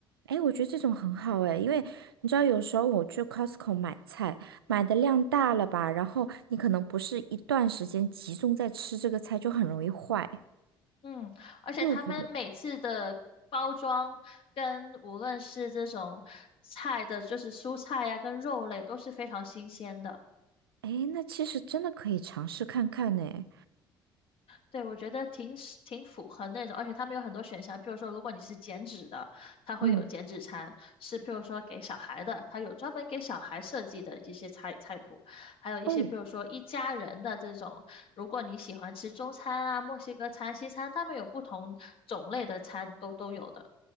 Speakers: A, on the right; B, on the left.
A: 哎，我觉得这种很好哎，因为你知道，有时候我去 Costco 买菜，买的量大了吧，然后你可能不是一段时间集中在吃这个菜，就很容易坏。
B: 嗯，而且他们每次的包装跟无论是这种菜的，
A: 所以我觉得，
B: 就是蔬菜呀、跟肉类都是非常新鲜的。
A: 哎，那其实真的可以尝试看看呢。
B: 对，我觉得挺是挺符合那种，而且他们有很多选项，譬如说，如果你是减脂的，它会有减脂餐，
A: 嗯，
B: 是譬如说给小孩的，它有专门给小孩设计的一些菜菜谱，还有一些譬如说一家人的这种，
A: 哦，
B: 如果你喜欢吃中餐啊、墨西哥餐、西餐，他们有不同种类的餐都都有的。